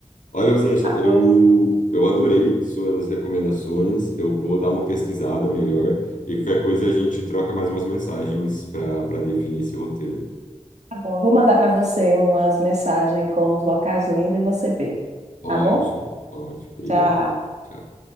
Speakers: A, on the left (about 90°); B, on the right (about 65°).
A: Olha, Osanja,
B: Ah,
A: eu,
B: pois
A: eu adorei suas recomendações, eu vou dar uma pesquisada melhor, e qualquer coisa a gente troca mais umas mensagens para para definir esse roteiro aí.
B: tá bom. Eu vou mandar para você umas mensagens com os locais lindos e você vê.
A: Ótimo,
B: Tá bom?
A: ótimo, obrigado.
B: Tchau.
A: Tchau.